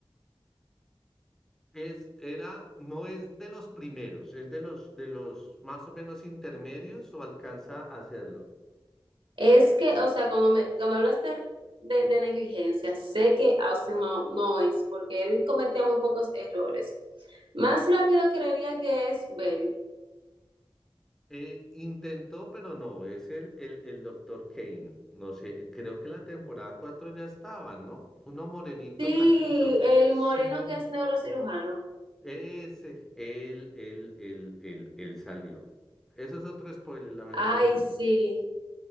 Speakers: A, in the centre; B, on the right.
A: Es, era, no es de los primeros, es de los, de los más o menos intermedios o alcanza a hacerlo.
B: Es que, o sea, cuando me, cuando hablaste de, de negligencia, sé que Austin no, no es, porque él cometía muy pocos errores. Más rápido creería que es Bell.
A: Eh, intentó, pero no, es el, el, el doctor Kane. No sé, creo que la temporada 4 ya estaba, ¿no? Uno morenito
B: Sí,
A: calvito.
B: el
A: Sí.
B: moreno que es neurocirujano.
A: Ese, él, él, él, él, él salió. Eso es otro spoiler, lamentablemente.
B: Ay, sí,